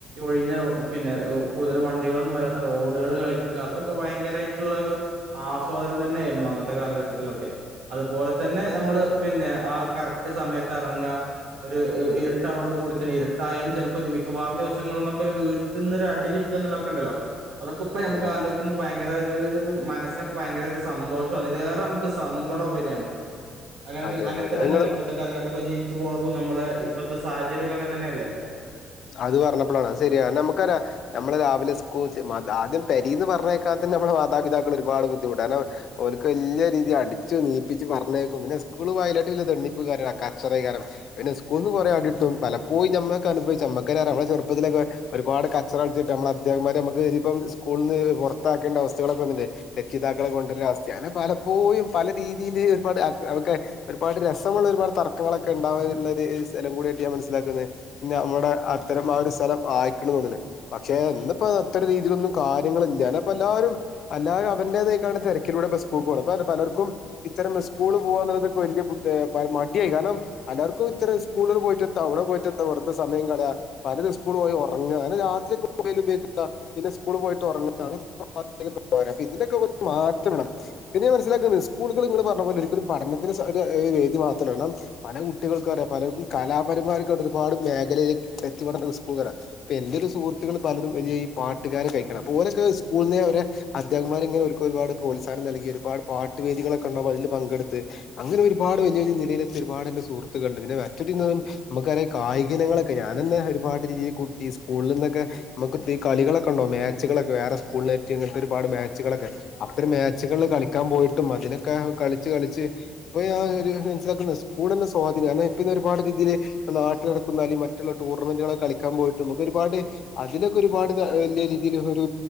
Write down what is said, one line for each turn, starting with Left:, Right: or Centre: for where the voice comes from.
Right: ഒഴിഞ്ഞ റോ പിന്നെ കൂടുതൽ വണ്ടികളൊന്നും വര രാത്ത റോഡുകളില് കളിക്ക അതൊക്കെ ഭയങ്കരായിട്ടുള്ള ഒരു ആസ്വാദനം തന്നേയിരുന്നു അന്നത്തെ കാലഘട്ടത്തിലൊക്കെ അതുപോലെത്തന്നെ നമ്മള് പിന്നെ ആ കറക്റ്റ് സമയത്ത് അറങ്ങ ഒരു ഇ ഇരു ട്ടാണോട് കൂടി തന്നെ ഇരുട്ടായാലും ചെലപ്പോ ഇത് മിക്കവാറും ദിവസങ്ങളിൽ നിന്നൊക്കൊരു വീട്ടിൽന്നൊരടി കിട്ടുകന്നുള്ളതക്കെ ണ്ടല്ലോ അതൊക്കെപ്പൊ നമുക്ക്
Left: ആഹ്
Right: ആലോചിക്കുമ്പോ ഭയങ്കര ഒരരു മനസിനൊക്കെ ഭയങ്കരൊരു സൻ ന്തോഷോം അതിലേറെ നമുക്ക് സങ്കടോം വരാണ് അങ്ങനെക്കെ
Left: അതെ
Right: അങ്ങനൊക്കെത്തന്നെല്ലെ
Left: അതെ നിങ്ങള്
Right: ഇപ്പത്തെ കാലഘട്ടൊക്കെ ജീവിച്ചു പോണെ ത് നമ്മളെ ഇപ്പത്തെ സാഹചര്യക്കെ അങ്ങൻ തന്നെല്ലേ
Left: അത് പറഞ്ഞപ്പളാണ് അത് സരിയ നമുക്കറിയാം നമ്മള് രാവിലെ സ്കൂൾ മദ ആദ്യം പെരീന്ന് പറഞ്ഞയക്കാത്ത നമ്മുടെ മാതാപിതാക്കള് ഒരുപാട് ബുദ്ധിമുട്ടാണ് കാരണം ഓൽക്ക് വല്ല്യ രീതി അടിച്ചു നീപ്പിച്ച് പറഞ്ഞയക്കും പിന്നെ സ്ക്കൂ ളു പോയിലിട്ട് വെല്യേ തെണ്ണിപ്പ് കാരണ കച്ചറേയ്കാരം പിന്നെ സ്കൂന്ന് കൊറേ അടിട്ടും പലപ്പോയു. നമ്മക്ക് അനുഭവിച്ച ചമ്മക്കന്നറിയാം നമ്മള് ചെറുപ്പത്തിലക്കെ ഒരുപാട് കച്ചറ കളിച്ചിട്ട് നമ്മള അധ്യാകന്മാരെ നമക്ക് ഇപ്പം സ്കൂളന്ന് പുറത്താക്കി ക്കെണ്ട അവസ്ഥകളൊക്കെ വന്നിട്ടേ രക്ഷിതാക്കളെ കൊണ്ടരാവസ്ഥയാ അങനെ പലപ്പോയും പല രീതിയില് ഒരുപാട് അവക്കെ ഒരുപാട് രസമുള്ള ഒരുപാട് തർക്കങ്ങളൊക്കെ ണ്ടാവന്നുള്ളോരു സ്ഥലം കൂടിയായിട്ട് ഞാൻ മനസ്സിലാക്കുന്ന പീന്നെ മ്മടെ അത്തരം ആ ഒരു സ്ഥലം ആയിക്ക്ണ് തോന്ന്ണ് പക്ഷെ ന്നിപ്പോ അത്ര രീതിയിലൊന്നും കാര്യങ്ങളില്ല ന്ന പ്പെല്ലാ രും അല്ലാരും അവന്റേതായിക്കാണ്ട് തിരക്കിലൂടെപ്പ സ്കൂൾക്ക് പോണത് പലർക്കും ഇത്തരം സ്കൂള് പോകാന്നുള്ളത് വലിയ ബുദ്ദേ പ മടിയായി കാരണം അല്ലാർക്കും ഇത്രം സ്കൂളിൽ പോയിട്ടെത്ത അവിടെ പോയിട്ടെത്ത വെറുതെ സമയം കളയാ പലരും സ്കൂളോയി ഒറങ്ങ അങ്ങനെ രാത്രി ഒക്കെ പോയാലും <unintelligible> പിന്നെ സ്കൂൾ പോയിട്ട് ഉറങ്ങ <unintelligible> പോരാ ഇതിനൊക്കെ ഒരു മാറ്റം വേണം പിന്നെ മനസ്സിലാക്ക്ന്നെ സ്കൂളുകള് ങ്ങള് പറഞ്ഞ പോലെ ഒരിക്കലും പഠനത്തിന് സ ഒരു ആ പേജ് മാത്രണം പല കുട്ടികൾക്കു അറിയ പലർക്കും കലാപരമാർക്കൊ ഒരുപാട് മേഖലയില് വ്യക്തി പഠന സ്കൂള് തരാം പ്പൊന്റൊരു സുഹൃത്ത്കളും പലരും വലിയ ഈ പാട്ട്കാര് കയിക്കണം ഓലൊക്കെ സ്കൂളിന്നെ വര് അധ്യാപന്മാർ ഇങ്ങനെ ഓൽക്കൊരുപാട് പ്രോത്സഹം നൽകി ഒരുപാട് പാട്ട് വേദികളൊക്കെണ്ടും അതിൽ പങ്കെടുത്ത് അങ്ങ ഇതിനൊരുപാട് വലിയ വലിയ നിലയിലെത്തിയ ഒരുപാട് ൻ്റെ സുഹത്തുക്കളുണ്ട് പിന്നെ മറ്റൊരു <unintelligible> നമുക്കറിയാം കായികയിനങ്ങളക്കെ ക്ക് ഞാനിന്ന് ഒരുപാട് രീതി കുട്ടി സ്കൂളിന്നൊക്കെ മുക്ക് ടീ കളികളൊക്കെ ഉണ്ടാവും മാച്ചുകളൊക്കെ വേറെ സ്കൂളില് ഏറ്റ് ഒരുപാട് മാച്ചുകളൊക്കെ അത്രം മാ ച്ചകളിൽ കളിക്കാൻ പോയിട്ടും അതിലൊക്കെ കളിച്ച് കളിച്ച് ഇപ്പ ഒരു മനസ്സിലാക്കുന്നത് സ്കൂളന്നെ സ്വാം ഇപ്പ ഞാന് ഇപ്പൊന്ന് ഒരുപാട് രീതിയില് നാട്ടില് നടക്കുന്നാലും മ റ്റുള്ള ടൂർണമെന്റുകളൊ കളിക്കാൻ പോയിട്ടും മുക്കൊരുപാട് അതിലൊക്കെ ഒരുപാട് ത വല്ല്യാ രീതിയിലൊക്കെ ഒരു